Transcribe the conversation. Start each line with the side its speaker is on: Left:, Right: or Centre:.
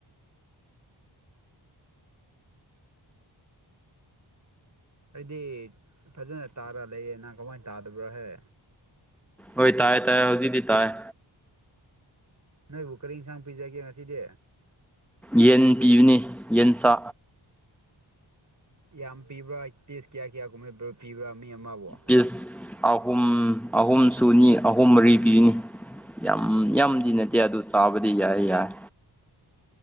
Right: ꯑꯩꯗꯤ ꯐꯖꯅ ꯇꯥꯔ ꯂꯩꯌꯦ ꯅꯪ ꯀꯃꯥꯏꯟ ꯇꯥꯗꯕ꯭ꯔꯥꯍꯦ
Centre: ꯍꯣꯏ ꯇꯥꯏꯌꯦ ꯇꯥꯏꯌꯦ ꯍꯧꯖꯤꯛꯇꯤ ꯇꯥꯏꯌꯦ
Right: ꯅꯣꯏꯕꯨ ꯀꯔꯤ ꯏꯟꯁꯥꯡ ꯄꯤꯖꯒꯦ ꯉꯁꯤꯗꯤ
Centre: ꯌꯦꯟ ꯄꯤꯕꯅꯤ ꯌꯦꯟ ꯆꯥ
Right: ꯌꯥꯝ ꯄꯤꯕ꯭ꯔꯥ ꯄꯤꯁ ꯀꯌꯥ ꯀꯌꯥ ꯀꯨꯝꯍꯩꯕꯔ ꯄꯤꯕ꯭ꯔꯥ ꯃꯤ ꯑꯃꯕꯨ
Centre: ꯄꯤꯁ ꯑꯍꯨꯝ ꯑꯍꯨꯝ ꯁꯨꯅꯤ ꯑꯍꯨꯝ ꯃꯔꯤ ꯄꯤꯒꯅꯤ ꯌꯥꯝ ꯌꯥꯝꯗꯤ ꯅꯠꯇꯦ ꯑꯗꯨ ꯆꯥꯕꯗꯤ ꯌꯥꯏ ꯌꯥꯏ